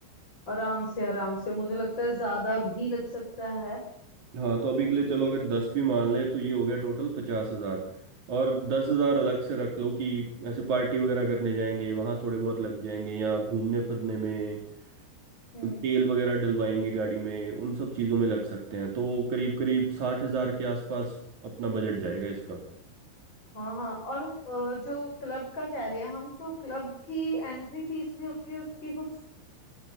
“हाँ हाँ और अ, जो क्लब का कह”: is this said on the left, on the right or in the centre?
Left